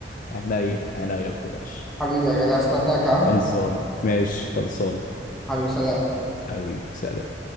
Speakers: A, on the left; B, in the centre.
A: عينيا عينيا ما تقلقش
B: حبيبي يا غالي هستناك ها
A: خلصان ماشي خلصان
B: حبيبي سلام
A: حبيبي سلام